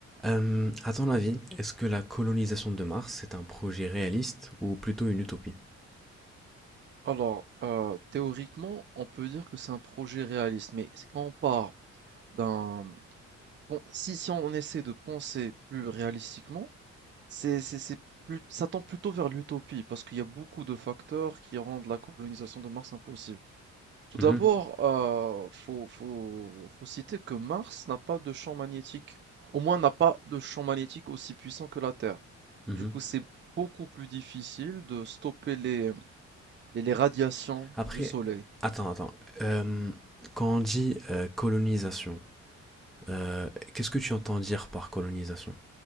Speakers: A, in the centre; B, on the right.
A: Euh, à ton avis, est-ce que la colonisation de Mars est un projet réaliste ou plutôt une utopie?
B: Alors, euh, théoriquement, on peut dire que c'est un projet réaliste, mais c'est quand on part d'un... bon, si, si on essaie de penser plus réalistiquement, c'est, c'est, c'est plus, ça tend plutôt vers l'utopie, parce qu'il y a beaucoup de facteurs qui rendent la colonisation de Mars impossible. Tout
A: Mhm,
B: d'abord, euh, faut, faut, faut citer que Mars n'a pas de champ magnétique, au moins n'a pas de champ magnétique aussi puissant que la Terre.
A: mhm.
B: Du coup, c'est beaucoup plus difficile de stopper les, les les radiations
A: Après,
B: du Soleil.
A: attends, attends. Euh, quand on dit euh, colonisation, euh, qu'est-ce que tu entends dire par colonisation?